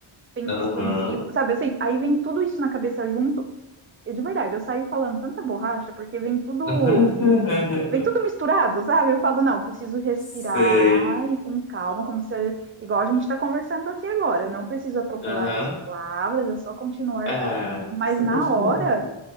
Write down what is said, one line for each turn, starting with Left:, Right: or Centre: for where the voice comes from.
Left: Aham.
Right: expansivo, sabe assim? Aí vem tudo isso na cabeça junto eu, de verdade, eu saí falando tanta borracha porque vem tudo,
Left: <laughs>
Right: vem tudo misturado, sabe? Eu falo, não, preciso respirar
Left: Sei.
Right: e com calma, como se eu- igual a gente está conversando aqui agora, não preciso atropelar
Left: Aham.
Right: as palavras, é só continuar,
Left: É,
Right: mas
Left: só
Right: na
Left: continua.
Right: hora,